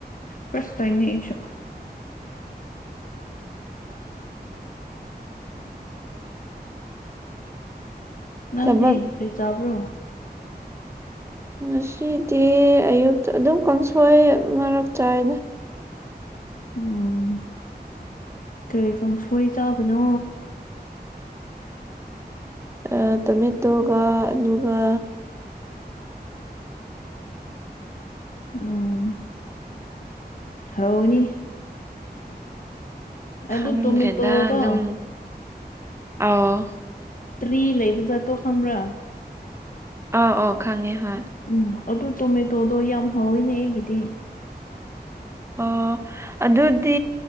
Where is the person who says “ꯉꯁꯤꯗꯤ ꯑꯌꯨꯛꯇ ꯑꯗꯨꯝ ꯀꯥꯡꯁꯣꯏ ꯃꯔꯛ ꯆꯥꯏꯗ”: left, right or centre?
Right